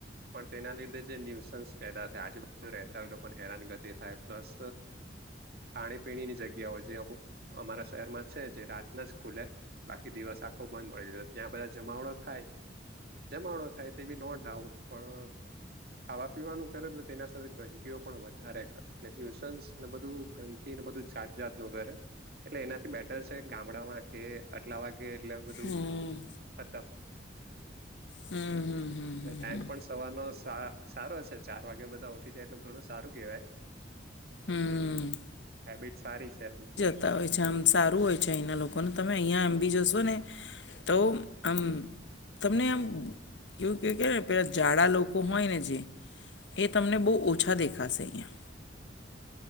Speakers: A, on the right; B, on the left.
A: પણ તેના લીધે જે ન્યુસન્સ પેદા થાય આજુબજુ રહેતા હોય પણ હેરાન ગતિ થાય પ્લસ ખાણીપીણીની જગ્યાઓ જે અમુક અમારા શહેરમાં છે જે રાતના જ ખુલે બાકી દિવસ આખો બંધ મળી જ ત્યાં બધા જમાવડો થાય. જમાવડો થાય તે બી નો ડાઉટ પણ ખાવા પીવાનું કરે તો તેના ગંદકીઓ પણ વધારે કરે્યુસન્સ ને બધું ગંદકી ને બધું જાત જાતનું કરે. એટલે એનાથી બેટર છે ગામડામાં કે આટલા વાગે એટલે બધું
B: હમ,
A: <unintelligible>
B: હમ, હમ, હમ.
A: ટાઈમ
B: હમ,
A: પણ સવારનો સારો છે ચાર વાગે બધા એટલ ઘણું સારું કહેવાય
B: હમ.
A: હેબિટ સારી છે એમ.
B: તા હોય છે આમ સારું હોય છે અહીંના લોકોને તમે અહીંયા એમ બી જશો ને તો હમ તમને આમ કેવું ક કે ને પેલાં જાડા લોકો હોય ને જે એ તમને
A: હમ
B: બહુ ઓછા દેખાશે અહીંયા.